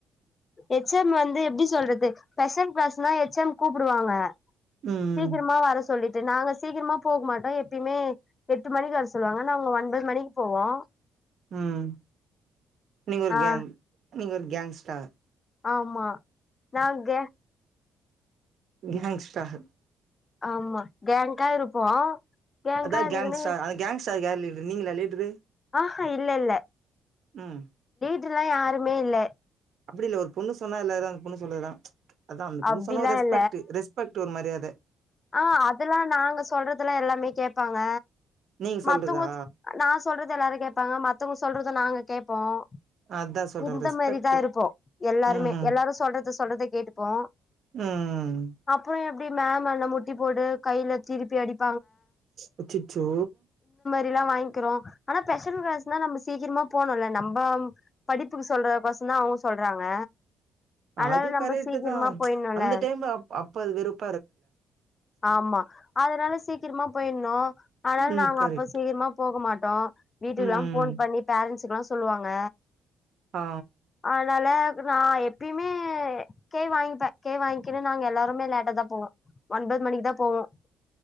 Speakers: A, on the left; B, on the right.
A: எச் எம் வந்து எப்டி சொல்றது ஸ்பெஷல் கிளாஸ்னா எச் எம் கூப்புடுவாங்க
B: ம்
A: சீக்கிரமா வர சொல்லிட் டு நாங்க சீக்கிரமா போகமாட்டோ எப்பயுமே எ எட்டு மணிக்கு வர சொல்லுவாங்கன்னா நாங்க ஒன்பது மணிக்கு போவோ
B: உம் நீங்க ஒரு
A: ஆ
B: கேங்க் நீங்க ஒரு கேங்ஸ்டார்
A: ஆமா நாங்க
B: கேங்ஸ்டர்
A: ஆமா கேங்க்கா இருப்போ கேங்கா
B: அதா
A: இருந்துக்குனு
B: கேங்க்ஸ்டார் அந்த கேங்க்ஸ்டார்கு யார் லீடரு நீங்களா லீடர்
A: கா இல்ல இல்ல
B: உம்
A: டர்லா யாருமே இல்ல
B: அப்டி இல்ல ஒரு பொண்ணு சொன்னா எல்லயாரு அந்த பொண்ணு சொல்றதுதா அத அந்த பொண்ணு
A: அப்டிலா
B: சொன்ன ரெஸ்பெ்க்ட
A: இல்ல
B: ரெஸ்பெக்ட் ஒரு மாரியா
A: ஆ அதெல்லாம் நாங்க சொல்றதுெல்லாம் எல்லாமே கேட்பாங்க
B: நீங்க சொல்றதா
A: மத்தவங்க நான் சொல்றது எல்லாரும் கேட்பாங்க மத்தவங்க சொல்றது நாங்க கேப்போம்
B: அதா சொல்றே
A: இந்த
B: ஒரு ரெஸ்பெக்ட்
A: மாதிரிதான் இருப்போம் எல்லாருமே
B: ம் ம்
A: எல்லாரும் சொல்றத சொல்றத கேட்டுப்போம்
B: ம்
A: அப்புறம் எ மேம் அண்ண முட்டி போட்டு கையில திருப்பி அடிப்ப
B: அச்சிச்சோ
A: ல்லாம் வாங்கிறோம் ஆனா பெஷல் கிளாஸ் நம்ம சீக்கிரமா போணும்ல நம்ம படிப்புக்கு சொல்றதுக்கோசற தான் அவங்க சொல்றாங்க அதனால
B: அது
A: நம்ம
B: கரெக்ட்டு
A: சீக்கிரமா
B: தான்
A: போயிட்ணுல
B: அந்த டைம் அ அப்ப அது வெறும்
A: ஆமா அதனால சீக்கிரமா போயிடணும் ஆனால
B: ம்
A: நாங்
B: கரெக்ட்
A: அப்ப சீக்கிரமா போக மாட்டோம் வீட்டுக்குல்லாம்
B: ம்
A: ஃபோன் பண்ணி பேரண்ட்ஸ் ல்லாம் சொல்லுவாங்க
B: ஆ
A: அதனால நான் எப்பயுமே கே வாங்கிப்பேன் கே வாங்கிக்கனு நாங்க எல்லாருமே லேட்ட தான் போம் ஒன்பது மணிக்கு தான் போவோம்